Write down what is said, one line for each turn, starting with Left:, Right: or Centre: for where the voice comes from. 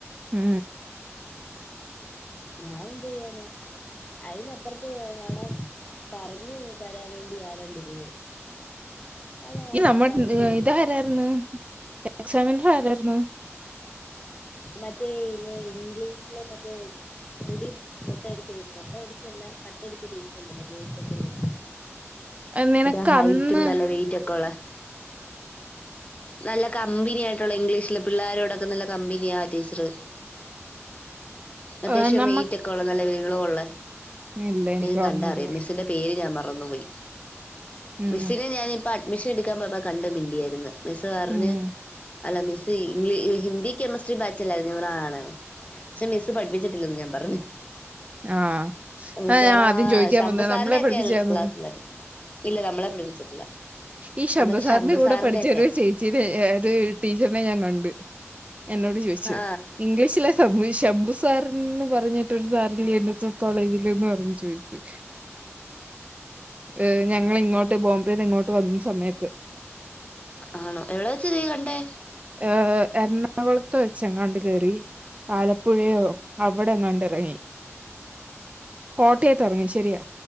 Right: ആ
Left: ഞാൻ എന്ത് ചെയ്യാന അയിന്പ്പറത്ത് കാണാം പറഞ്ഞു തരാൻ വേണ്ടി ആരാണ്ടിരുന്ന് അതാരാ
Right: ഈ നമ്മുടെ
Left: പറഞ്ഞു കൊടുക്കാൻ
Right: ഇതാ
Left: വേണ്ടി
Right: രായിരുന്നു എക്സാമിനർ ആരായിരുന്നു
Left: മറ്റേ യില് ഇംഗ്ലീശിലെ മറ്റേ മുടി മൊട്ടയടിച്ച മൊട്ടയടിച്ചയല്ല കട്ടടിച്ച ടീച്ചറുണ്ടല്ലോ ബോഴിക്കെട്ട് പോലെ
Right: നിനക്ക്
Left: അതെ ഹൈറ്റും
Right: അന്ന്
Left: നല്ല വെയിറ്റ് ഒക്കെ ഉള്ളെ നല്ല കമ്പനി ആയിട്ടുള്ള ഇംഗ്ലീഷില്, പിള്ളേരോടൊക്കെ നല്ല കമ്പനി. ടീച്ചർ. അത്യാവശ്യം
Right: ഏഹ് നമ്മക്ക്
Left: വെയിറ്റ് ഒക്കെ ഉള്ള നല്ല നീള ഉള്ള.
Right: ഇല്ല എനിക്ക്
Left: നീ
Right: ഓർമ്മയില്ല
Left: കണ്ട അറിയാം. മിസ്സിന്റെ- പേര് ഞാൻ മറന്നു പോയി.
Right: ഉം,
Left: മിസ്സിനെ ഞാനിപ്പ അഡ്മിഷൻ എടുക്കാൻ പോയപ്പോ കണ്ട് മിണ്ടിയാര്ന്ന്. മിസ്സ് പറഞ്ഞഞ്.
Right: ഉം.
Left: അല്ല മിസ്സ് ഇംഗ്ലീ ഹിന്ദി- കെമിസ്ട്രി ബാച്ചിലായിരുന്നു, ഇവർ ആണ്. പക്ഷെ മിസ്സ് പഠിപ്പിച്ചിട്ടില്ലന്ന് ഞാൻ പറഞ്ഞു.
Right: ആ
Left: മിസോറാം,
Right: ആ, ഞാൻ ആദ്യം ചോദിക്കാൻ
Left: ശംഭുസാറിന്റെ
Right: വന്നത് നമ്മളെ പഠിപ്പിച്ചാന്നു
Left: ഒക്കെയ ക്ലാസ്സിലണ് ഇല്ല നമ്മളെ പഠിപ്പിച്ചിട്ടില്ല.
Right: ഈ ശംമ്പ
Left: ഞാൻ പറഞ്ഞു
Right: സാറിന്റെ
Left: ശംഭു
Right: കൂടെ പഠിച്ചവരോയ്ച്ചെ.
Left: ഒക്കെ
Right: ചിരി ഒരു ടീച്ചറിനെ ഞാൻ കണ്ട്. എന്നോട് ചോയിച്ച്.
Left: ആ
Right: ഇംഗ്ലീഷിലെ സംഭവ ശംഭു സാറിൻന്ന് പറഞ്ഞിട്ടൊരു സാറില്ലെ എന്ന് മിക്സഡ് കോളേജിൽ എന്ന് പറഞ്ഞ ചോദിക്കും.
Left: <inaudible>
Right: ഏ. ഞങ്ങള് ഇങ്ങോട്ട് ബോംബെന്ന് ഇങ്ങോട്ട് വന്ന സമയത്ത്.
Left: ആണോ? എവിടൊ വെച്ച നീ കണ്ടേ?
Right: ഏ. എറണാകുളത്ത് വെച്ചങ്ങാണ്ട് കേറി. ആലപ്പുഴയോ അവിടെങ്ങണ്ടിറങ്ങി കോട്ടയത്ത് ഇറങ്ങി ശരിയാ.